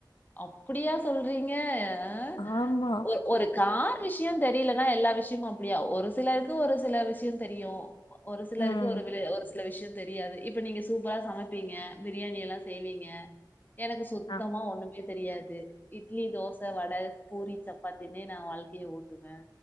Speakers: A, on the left (about 25°); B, on the left (about 70°).
A: அப்படியா சொல்றீங்க ஹ
B: ஆமா
A: ஒரு ஒரு கார். விஷ்யோ தெரியலன்னா எல்லா விஷயமு அப்படியா ஒரு சிலருக்கு ஒரு சில விஷயோ தெரியு. ஒரு சிலருக்கு
B: ம்
A: ஒரு <unintelligible> ஒரு சி. சில விஷயோ தெரியாது இப்ப நீங்க சூப்பரா சமைப்பீங்க பிரியாணி எல்லா செய்வீங்க. எனக்கு சுத்தமா
B: அ
A: ஒண்ணுமே. தெரியாது. இட்லி, தோச, வட, பூரி, சப்பாத்தினே நா வாழ்க்கைய ஓட்டுவ.